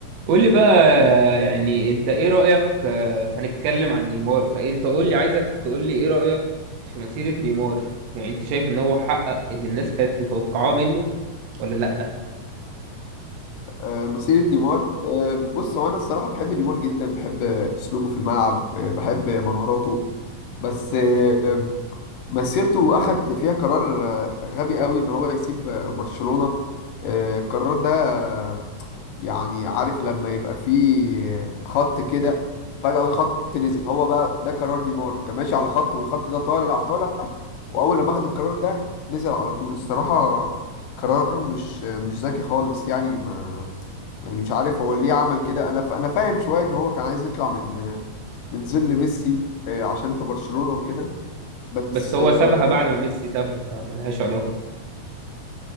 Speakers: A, on the right; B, on the left.
A: قول لي بقى يعني انت ايه رأيك آه، هنتكلم عن نيمار فانت قول لي عايزك تقول لي ايه رأيك في مسيرة نيمار يعني انت شايف ان هو حقق اللي الناس كانت متوقعاه منه ولا لا
B: آه، مسيرة نيمار آه، بص هو أنا الصراحة بحب نيمار جدا بحب أسلوبه في الملعب آه، بحب مهاراته بس آه، مسيرته أخد فيها قرار آه، غبي قوي إن هو يسيب آه، برشلونة آه، القرار ده آه، يعني عارف لما يبقى فيه آه، خط كده فجأة الخط نزل هو بقى ده قرار نيمار كان ماشي على خط والخط ده طالع طالع وأول لما أخد القرار ده نزل على طول الصراحة قرار مش آه، مش ذكي خالص يعني ما يعني مش عارف هو ليه عمل كده انا ف... انا فاهم شويه ان هو كان عايز يطلع من من ظل ميسي آه، عشان في برشلونه وكده بس
A: بس هو
B: آه،
A: سابها بعد ما ميسي سابها فملهاش علاقة